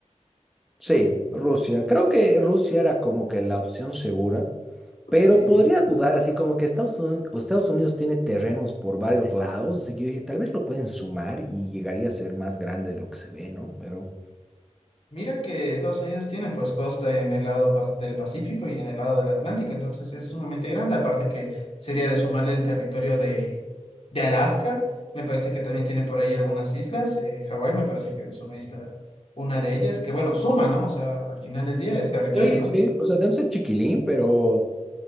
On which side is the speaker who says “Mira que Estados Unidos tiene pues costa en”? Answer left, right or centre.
Left